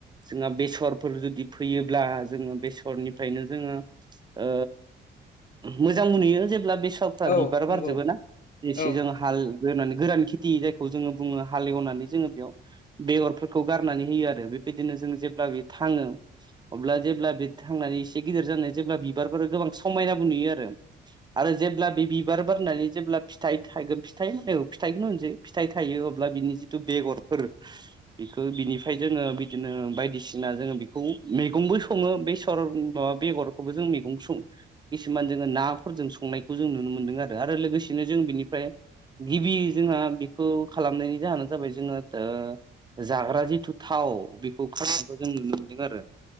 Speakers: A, on the right; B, on the left.
A: जोंहा बेसरफोर जुदि फैयोब्ला जोङो बेसरनिफ्रायनो जोङो ओ मोजांबो नुयो जेब्ला बे फिसावफ्रा
B: औ
A: बिबार बारजोबोना
B: नंगौ
A: एसे
B: औ
A: जों हाल बेनानै गोरान खेथि जायखौ जोङो बुङो हाल एवनानै जोङो बेयाव बेगरफोरखौ गारनानै होयो आरो बेबायदिनो जों जेब्ला बे थाङो अब्ला जेब्ला बे थांनानै एसे गिदिर जानानै जेब्ला बिबारफोर गोबां समायनाबो नुयो आरो आरो जेब्ला बे बिबार बारनानै जेब्ला फिथाइ थागोन फिथाइ औ फिथाइखौनो होनसै फिथाइ थायो अब्ला बिनि जिथु बेगरफोर बेखौ बिनिफ्राय जोङो बिदिनो बायदिसिना जोङो बेखौ मैगंबो सङो बे सर बेगरखौबो जों मैगं सं किसुमान जोङो नाफोरजों संनायखौ जों नुनो मोनदों आरो आरो लोगोसेनो जों बिनिफ्राय गिबि जोंहा बेखौ खालामनायनि जाहोनानो जाबाय जोङो ओ जाग्रा जिथु थाव बेखौ खारखौ जों नुनो मोनदों आरो